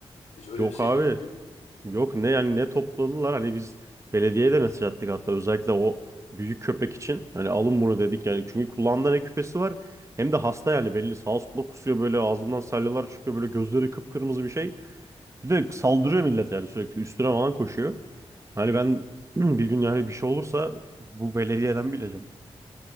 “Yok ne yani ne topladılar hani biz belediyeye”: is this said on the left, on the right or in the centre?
Right